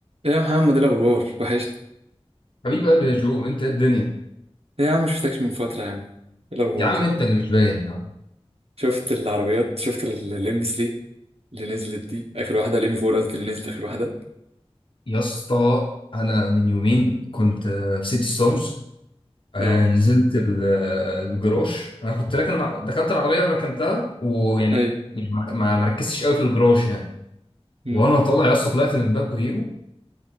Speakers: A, on the right; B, on the left.
A: إيه يا محمد ايه الاخبار وحشت
B: حبيب قلبي يا جو انت ايه الدنيا
A: ايه يا عم شفتكش من فتره يا عم ايه الاخبار
B: يا عم انت اللي مش باين يا عم
A: شفت العربيات شفت الام 3 اللي نزلت دي اخر واحده الام 4 قصدي اللي نزلت اخر واحده
B: يا اسطى انا من يومين كنت آه، في سيتي ستارز آه،
A: اه
B: نزلت ال- آه، الجراج انا كنت راكن دخلت العربيه وركنتها ويعني
A: ايوه
B: يعني ما ما- ما ركزتش قوي في الجراج يعني
A: مم.
B: وانا طالع يا اسطى طلعت من باب غيره